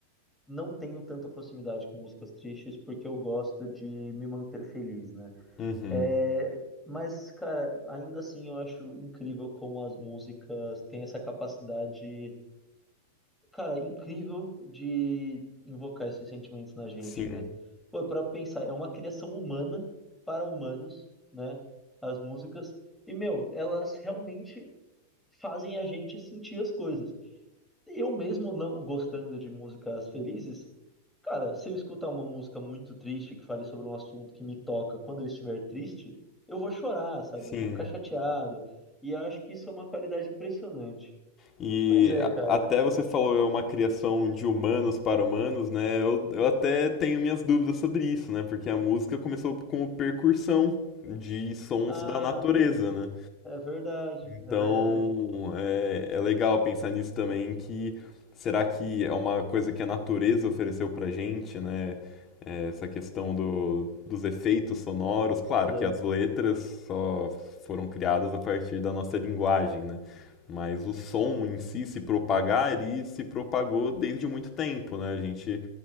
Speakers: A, in the centre; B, on the left.
A: não tenho tanta proximidade com músicas tristes porque eu gosto de me manter feliz, né?
B: Uhum.
A: É, mas, cara, ainda assim eu acho incrível como as músicas têm essa capacidade, cara, incrível de invocar esses sentimentos na gente,
B: Sim,
A: né? Pô, pra pensar, é uma criação humana para humanos, né? As músicas. E, meu, elas realmente fazem a gente sentir as coisas. Eu mesmo não gostando de músicas felizes, Cara, se eu escutar uma música muito triste que fale sobre um assunto que me toca quando eu estiver triste, eu vou chorar, sabe?
B: sim.
A: Eu vou ficar chateado. E eu acho que isso é uma qualidade impressionante.
B: E
A: Mas é,
B: a-
A: cara.
B: até você falou é uma criação de humanos para humanos, né? Eu, eu até tenho minhas dúvidas sobre isso, né? Porque a música começou com percussão de sons
A: Ah,
B: da natureza, né?
A: é verdade, é
B: Então,
A: verdade.
B: é, é legal pensar nisso também, que será que é uma coisa que a natureza ofereceu pra gente, né? É, essa questão do, dos efeitos sonoros. Claro
A: Mas é,
B: que as letras só foram criadas a partir da nossa linguagem, né? Mas o som em si se propagar e se propagou desde muito tempo, né? A gente,